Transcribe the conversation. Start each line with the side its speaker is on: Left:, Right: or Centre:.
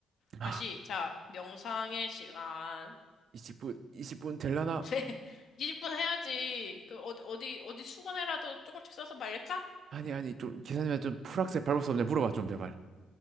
Right: 아,
Left: 다시, 자, 명상의 시간.
Right: 20분, 20분 될라나?
Left: <laughs> 20분 해야지. 그, 어디, 어디, 어디 수건에라도 조금씩 써서 말릴까?
Right: 아니, 아니, 좀, 기사님한테 좀 풀악세 밟을 수 없냐? 물어봐, 좀, 제발.